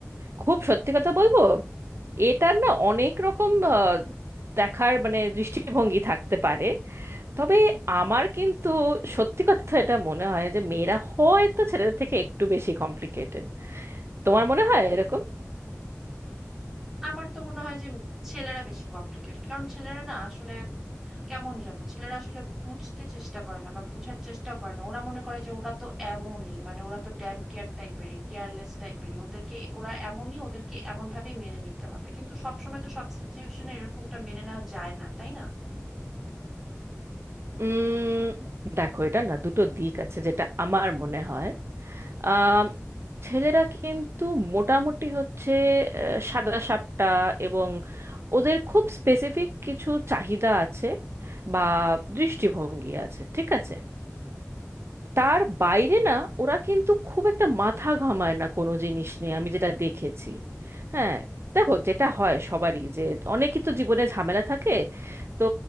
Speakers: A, on the right; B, in the centre.
A: খুব সত্যি কথা বলবো এটার না অনেক রকম আহ, দেখার মানে দৃষ্টিভঙ্গি থাকতে পারে তবে আমার কিন্তু সত্যি কথা এটা মনে হয় যে মেয়েরা হয়তো ছেলেদের থেকে একটু বেশি কমপ্লিকেটেড তোমার মনে হয় এরকম
B: আমার তো মনে হয় যে ছেলেরা বেশি কমপ্লিকেটেড কারণ ছেলেরা না আসলে কেমন জানো ছেলেরা আসলে বুঝতে চেষ্টা করে না বা বুঝার চেষ্টাও করে না ওরা মনে করে যে ওরা তো এমনই মানে ওরা তো ড্যাম কেয়ার টাইপেরই কেয়ারলেস টাইপেরই ওদেরকে ওরা এমনই ওদেরকে এমন ভাবেই মেনে নিতে হবে কিন্তু সবসময় তো সব সিচুয়েশনে এরকমটা মেনে নেওয়া যায় না তাই না
A: উম দেখো এটা না দুটো দিক আছে যেটা আমার মনে হয় আম, ছেলেরা কিন্তু মোটামুটি হচ্ছে আহ, সাদা সাপটা এবং ওদের খুব স্পেসিফিক কিছু চাহিদা আছে বা দৃষ্টিভঙ্গি আছে ঠিক আছে তার বাইরে না ওরা কিন্তু খুব একটা মাথা ঘামায় না কোনো জিনিস নিয়ে আমি যেটা দেখেছি হ্যাঁ দেখো যেটা হয় সবারই যে অনেকই তো জীবনে ঝামেলা থাকে তো